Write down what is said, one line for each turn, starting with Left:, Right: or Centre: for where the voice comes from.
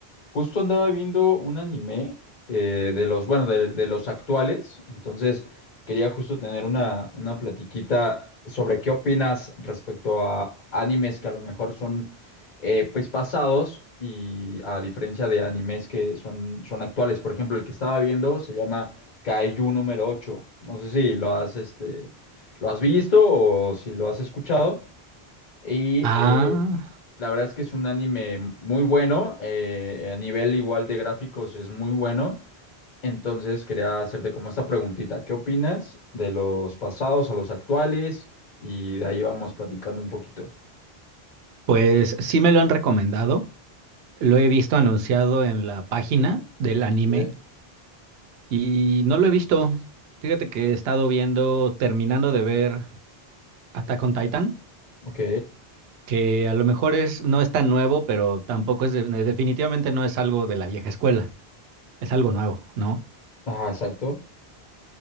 Left: justo andaba viendo un anime eh, de los, bueno, de, de los actuales. Entonces, quería justo tener una, una platiquita sobre qué opinas respecto a animes que a lo mejor son eh, pues pasados y a diferencia de animes que son, son actuales. Por ejemplo, el que estaba viendo se llama Kaiju número ocho. No sé si lo has, este, lo has visto o si lo has escuchado. Y
Right: Ah,
Left: eh, la verdad es que es un anime muy bueno, eh, a nivel igual de gráficos es muy bueno. Entonces quería hacerte como esta preguntita, ¿qué opinas de los pasados a los actuales? Y de ahí vamos platicando un poquito.
Right: pues sí me lo han recomendado. Lo he visto anunciado en la página del anime
Left: Sí.
Right: y no lo he visto. Fíjate que he estado viendo, terminando de ver Attack on Titan,
Left: Ok,
Right: que a lo mejor es, no es tan nuevo, pero tampoco es, de- definitivamente no es algo de la vieja escuela, es algo nuevo, ¿no?
Left: ajá, exacto.